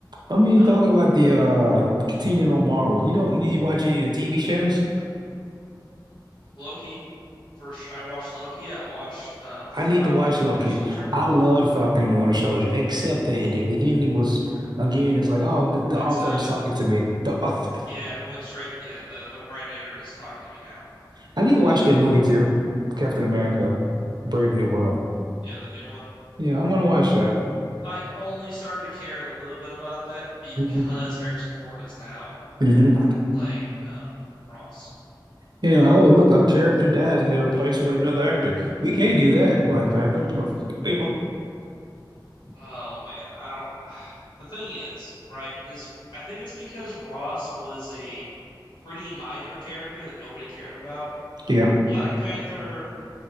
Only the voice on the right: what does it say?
I mean,
talking about the uh continuing on Marvel. You know, you you watch any of the TV shows?
I need to watch
Loki.
I love Falcon and the Winter Soldier, except the ending. The ending was, again, it's like, oh, the, the
author
is talking to me. The author.
I need to
watch that movie too. Captain America, Brave New World.
Yeah, I want to watch that.
hmm
hmm
Yeah. Oh, look, a character dies and they replace him with another actor. We can't do that, Black Panther. <laughs>
Yeah,